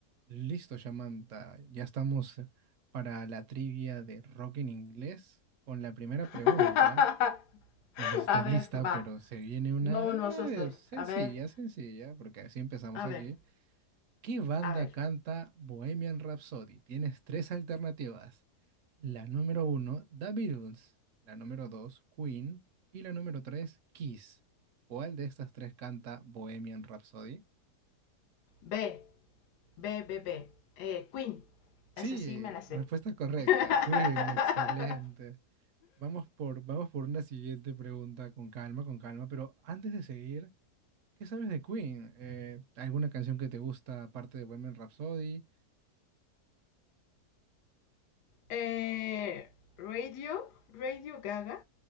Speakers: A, on the right; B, on the left.
A: Listo, Samantha. Ya estamos para la trivia de rock en inglés con la primera pregunta.
B: <laughs>
A: No sé si estás
B: A ver,
A: lista,
B: va.
A: pero se viene una
B: No, no, estoy.
A: eh, sencilla,
B: A ver,
A: sencilla, porque así empezamos
B: a
A: aquí.
B: ver,
A: ¿Qué banda
B: a ver.
A: canta Bohemian Rhapsody? Tienes tres alternativas. La número uno, The Beatles. La número dos, Queen. Y la número tres, Kiss. ¿Cuál de estas tres canta Bohemian Rhapsody?
B: B, B, B, B. Eh, Queen.
A: Sí,
B: Esa sí me la sé.
A: respuesta correcta.
B: <laughs>
A: Queen, excelente. Vamos por, vamos por una siguiente pregunta con calma, con calma, pero antes de seguir, ¿qué sabes de Queen? Eh, ¿alguna canción que te gusta aparte de Women Rhapsody?
B: eh, Radio, Radio Gaga.